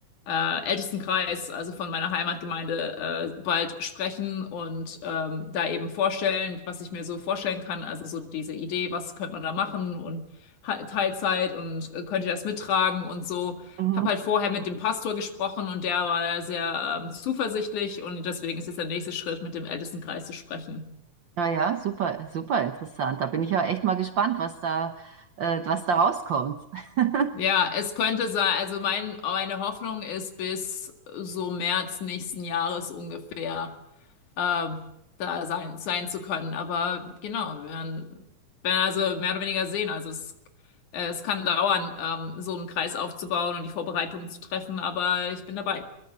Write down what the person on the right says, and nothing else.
Mhm.
Ja, ja, super, super interessant. Da bin ich ja echt mal gespannt, was da, äh, was da rauskommt. <laughs>